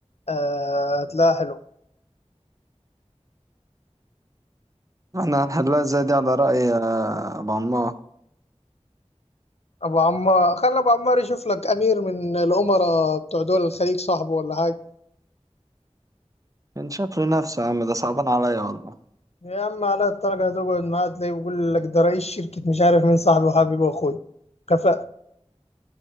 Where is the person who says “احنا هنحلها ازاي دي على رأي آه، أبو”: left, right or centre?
Right